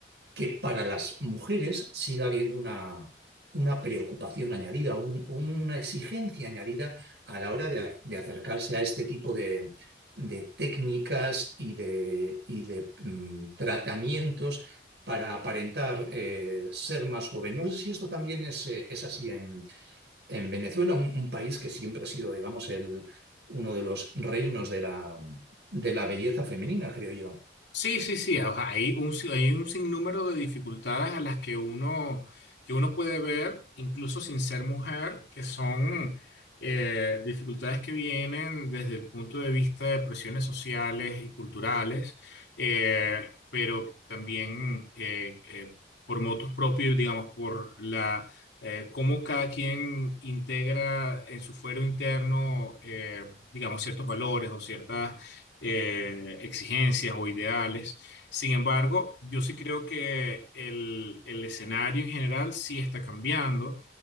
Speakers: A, on the right; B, on the left.
A: que para las mujeres siga habiendo una, una preocupación añadida, un- una exigencia añadida a la hora de, de acercarse a este tipo de, de técnicas y de, y de, mm, tratamientos para aparentar eh, ser más joven. No sé si esto también es, eh, es así en, en Venezuela, un, un país que siempre ha sido, digamos, el, uno de los reinos de la, de la belleza femenina, creo yo.
B: Sí, sí, sí. o sea, hay un, si- hay un sinnúmero de dificultades a las que uno, que uno puede ver, incluso sin ser mujer, que son eh, dificultades que vienen desde el punto de vista de presiones sociales y culturales, eh, pero también eh, eh, por motus propios, digamos, por la eh, cómo cada quien integra en su fuero interno, eh, digamos, ciertos valores o ciertas eh, exigencias o ideales. Sin embargo, yo sí creo que el, el escenario en general sí está cambiando,